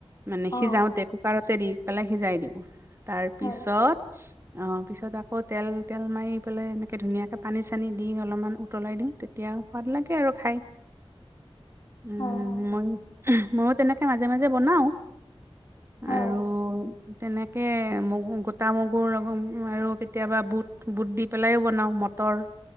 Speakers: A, on the right; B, on the left.
A: মানে
B: অ
A: সিজাওতে কুকাৰতে দি পেলাই সিজাই দিওঁ। তাৰ
B: হয়
A: পিছত অ, পিছত আকৌ তেল- তেল মাৰি পেলাই এনেকে ধুনীয়াকে পানী- চানী দি অলপমান উতলাই দিওঁ। তেতিয়া সোৱাদ লাগে আৰু খাই। উম,
B: হয় হয়
A: ময়ো- ময়ো তেনেকে মাজে- মাজে বনাও।
B: হয়
A: আৰু তেনেকে মগু, গোটা মগুৰ লগত আৰু কেতিয়াবা বুট- বুট দি পেলাই ও বনাওঁ, মটৰ